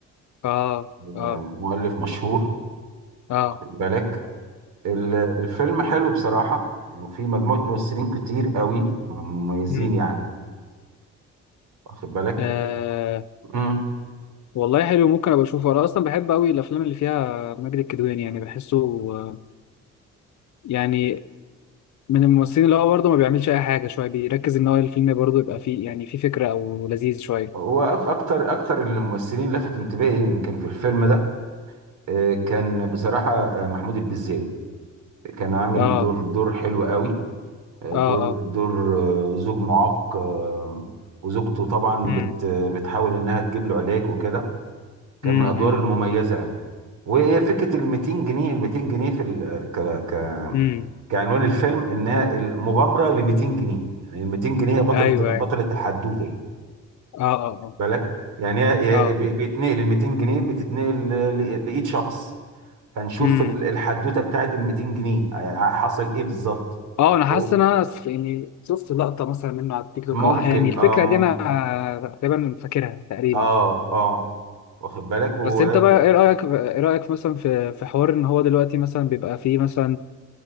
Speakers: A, on the left; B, on the right.
A: اه اه
B: آه، مؤلف مشهور
A: اه
B: واخد بالك ال- الفيلم حلو بصراحة وفي مجموعة ممثلين كتير قوي مميزين
A: مم.
B: يعني واخد بالك
A: آه.
B: امم
A: والله حلو ممكن ابقى اشوفه انا اصلا بحب قوي الافلام اللي فيها ماجد الكدواني يعني بحسه آه، يعني من الممثلين اللي هو برضه ما بيعملش اي حاجه شويه بيركز ان هو الفيلم برضه يبقى فيه يعني فيه فكره او لذيذ شويه
B: هو أك- اكتر اكتر الممثلين اللي لفت انتباهي يمكن في الفيلم ده آه، كان بصراحة آه، محمود البزاوي كان عامل
A: اه
B: دور دور حلو قوي آه،
A: اه
B: دور
A: اه
B: دور آه، زوج معاق آه، وزوجته طبعا
A: امم
B: بت بتحاول انها تجيب له علاج وكده كان
A: امم
B: من الادوار المميزة قوي وفكره ال 200 جنيه ال 200 جنيه في ال- آه، ك
A: امم
B: كعنوان الفيلم انها المغامره ل 200 جنيه يعني ال 200 جنيه هي بطله
A: ايوه
B: بطله
A: ايوه
B: الحدوته يعني
A: اه اه اه
B: بالك يعني هي-
A: اه
B: هي بي- بيتنقل ال 200 جنيه بتتنقل ل- ل- لايد شخص فنشوف
A: امم
B: ال- الحدوته بتاعت ال 200 جنيه ع- حصل ايه بالظبط
A: اه انا حاسس
B: و-
A: ان انا س- يعني شفت لقطه مثلا منه على التيك توك
B: ممكن
A: او يعني الفكره
B: اه ممكن
A: دي انا تقريبا فاكرها تقريبا
B: اه اه واخد بالك و
A: بس انت بقى ايه رايك ايه رايك مثلا في في حوار ان هو دلوقتي مثلا بيبقى فيه مثلا